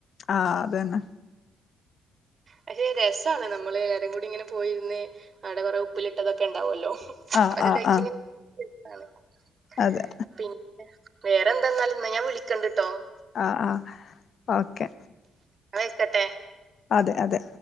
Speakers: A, on the left; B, on the right.
A: ആഹ്‌ അതന്നെ
B: പക്ഷെ രസാണ് നമ്മള് എല്ലാരുകൂടി ഇങ്ങനെ പോയിരുന്ന് അവിടെ കൊറെ ഉപ്പിലിട്ടതൊക്കെ ഉണ്ടാവുല്ലോ
A: ആഹ്
B: അവർ
A: ആഹ്
B: കഴിച്ചന്
A: ആഹ്
B: <unintelligible>
A: അതെ
B: പിന്നെ വേറെന്താന്നാല്എന്നാ ഞാൻ വിളിക്കണ്ടിട്ടോ
A: ആഹ്‌ ആഹ്‌ ഓക്കെ
B: ഞൻ വെക്കട്ടെ
A: അതെ അതെ